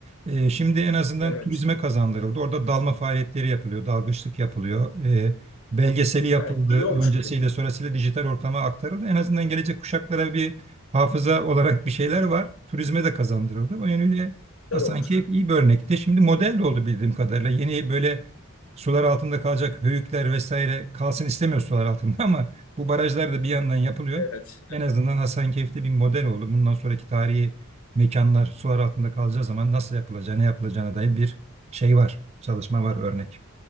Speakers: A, on the right (about 30°); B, on the left (about 75°).
A: E, şimdi en azından
B: evet.
A: turizme kazandırıldı. Orada dalma faaliyetleri yapılıyor, dalgıçlık yapılıyor. E, belgeseli yapıldı,
B: Ha, iyi olmuş.
A: öncesiyle sonrasıyla dijital ortama aktarıldı. En azından gelecek kuşaklara bir hafıza olarak bir şeyler var. Turizme de kazandırıldı. O yönüyle Hasankeyf
B: Güzel olmuş.
A: iyi bir örnekti. Şimdi model de oldu bildiğim kadarıyla. Yeni böyle sular altında kalacak höyükler vesaire kalsın istemiyor sular altında <laughs> ama bu barajlar da bir yandan yapılıyor.
B: Evet.
A: En azından Hasankeyf'te bir model oldu. Bundan sonraki tarihi mekanlar sular altında kalacağı zaman nasıl yapılacağı, ne yapılacağına dair bir şey var. Çalışma var, örnek.